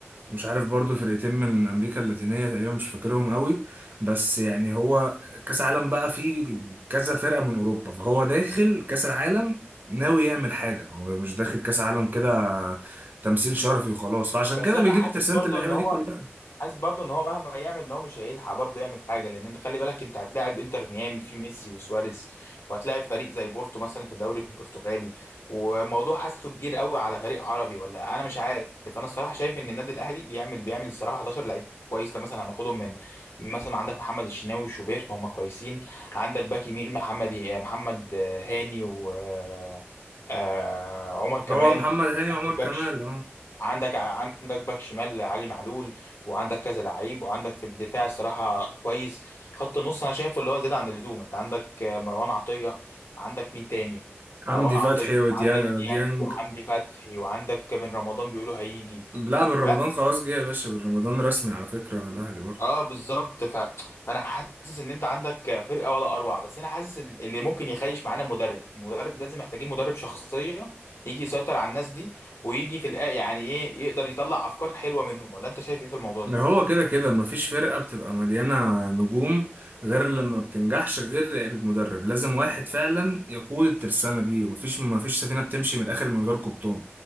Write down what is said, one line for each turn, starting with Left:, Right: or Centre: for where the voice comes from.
Right: ومش عارف برضو فرقتين من أمريكا اللاتينية تقريبا مش فاكرهم قوي بس يعني هو كأس عالم بقى فيه كذا فرقة من أوروبا فهو داخل كأس العالم ناوي يعمل حاجة هو مش داخل كأس عالم كده تمثيل شرفي وخلاص فعشان
Left: بس
Right: كده
Left: انا
Right: بيجيب
Left: حاسس
Right: ترسانة
Left: برضو
Right: اللعيبة
Left: ان هو
Right: دي كلها
Left: حاسس برضو ان هو مهما يعمل ان هو مش هيلحق برضو يعمل حاجه لان انت خلي بالك انت هتلاعب انتر ميامي في ميسي وسواريز وهتلاعب فريق زي بورتو مثلا في الدوري البرتغالي وموضوع حاسه كبير قوي على فريق عربي ولا انا مش عارف انا الصراحه شايف ان النادي الاهلي بيعمل بيعمل الصراحه 11 لعيب كويس لما مثلا هناخدهم من من مثلا عندك محمد الشناوي وشوبير فهم كويسين عندك باك يمين محمد محمد هاني و آه، آه، عمر كمال
Right: هو محمد هاني وعمر
Left: عندك
Right: كمال
Left: باك
Right: اه
Left: عندك عندك باك شمال علي معلول وعندك كذا لعيب وعندك في الدفاع صراحة كويس خط النص انا شايفه اللي هو زيادة عن اللزوم انت عندك آه، مروان عطية عندك مين تاني
Right: حمدي
Left: مروان عطية
Right: فتحي وديانج
Left: وعندك ديانج
Right: وديانج
Left: وحمدي فتحي وعندك بن رمضان بيقولوا هيجي
Right: لا بالرمضان
Left: و-
Right: خلاص جه يا باشا بالرمضان رسمي على فكرة الأهلي برضه
Left: اه بالظبط ف... فانا حاسس ان انت عندك فرقه ولا اروع بس انا حاسس إن اللي ممكن يخيش معانا مدرب مدرب لازم محتاجين مدرب شخصيه يجي يسيطر على الناس دي ويجي في الآ يعني ايه يقدر يطلع افكار حلوه منهم ولا انت شايف ايه في الموضوع
Right: إن
Left: ده
Right: هو كده كده مفيش فرقة بتبقى مليانة نجوم غير لما بتنجحش غير بالمدرب لازم واحد فعلا يقود الترسانة دي مفيش مفيش سفينة بتمشي من الآخر من غير قبطان